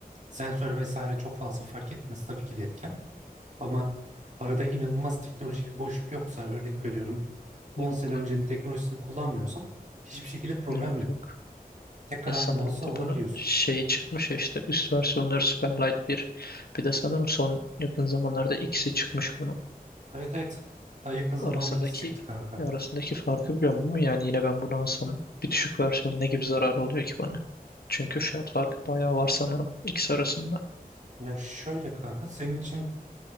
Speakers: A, on the right; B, on the left.
A: Sensör vesaire çok fazla fark etmez tabii ki de etken. Ama arada inanılmaz teknolojik bir boşluk yoksa örnek veriyorum 10
B: Yok.
A: sene öncenin teknolojisini kullanmıyorsan hiçbir şekilde problem
B: Yok
A: yok.
B: yok.
A: Tekrar
B: Ya
A: aynı
B: sanırım
A: mouse'u
B: bir de
A: alabiliyorsun.
B: bunun şeyi çıkmış ya işte üst versiyonları Superlight 1. Bir de sanırım son yakın zamanlarda ikisi çıkmış bunun.
A: Evet evet. Daha yakın zamanda
B: arasındaki
A: ikisi çıktı kanka.
B: arasındaki farkı biliyor musun? Yani yine ben bunu alsam bir düşük versiyonu ne gibi zarar oluyor ki bana? Çünkü fiyat farkı bayağı var sanırım ikisi arasında.
A: Ya şöyle kanka senin için